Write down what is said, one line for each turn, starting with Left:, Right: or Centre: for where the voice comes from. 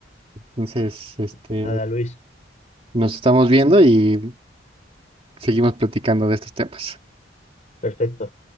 Right: Entonces, este,
Left: Nada, Luis.
Right: nos estamos viendo y seguimos platicando de estos temas.
Left: Perfecto.